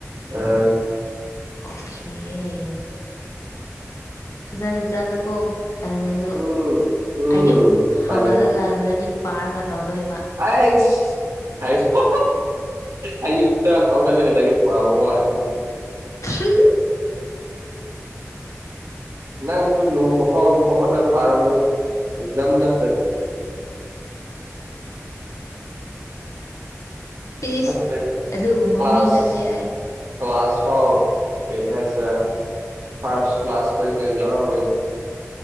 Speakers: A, on the right; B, on the left.
A: ꯑ
B: ꯑꯣꯈꯑꯦ ꯐꯖꯅ ꯆꯠꯂꯨꯀꯣ ꯇꯜꯂꯁꯨ
A: ꯎꯝ ꯎꯝ
B: ꯑꯌꯨꯛ ꯍꯧꯒꯠꯂꯒꯂꯔꯤꯛ
A: ꯐꯔꯦ
B: ꯄꯥꯔꯥꯒ ꯇꯧꯗꯣ ꯏꯕ
A: ꯑꯁ ꯍꯥꯏꯁ ꯑ <unintelligible> ꯍꯒꯂꯒꯔꯤ ꯄꯕꯗꯤ
B: <unintelligible>
A: ꯅꯪꯁꯨ ꯅꯣꯡꯃ ꯐꯥꯎ ꯍꯧꯒꯠꯂꯒ ꯄꯥꯔꯝꯃꯣꯏ ꯑꯦꯖꯝ ꯅꯛꯇꯔꯗꯤ꯫
B: ꯏꯁ
A: <unintelligible>
B: ꯑꯗꯨꯒꯨꯝꯕ
A: ꯀ꯭ꯂꯥꯁ
B: ꯃꯤ ꯅꯠꯇꯦ ꯑꯩ
A: ꯀ꯭ꯂꯥꯁ ꯐꯥꯎ ꯀꯩ ꯍꯥꯏꯁꯤ ꯐꯥꯔꯁ ꯀ꯭ꯂꯥꯁ ꯄꯔꯣꯖꯩꯇꯔ ꯌꯥꯑꯣꯔꯝꯃꯣꯏ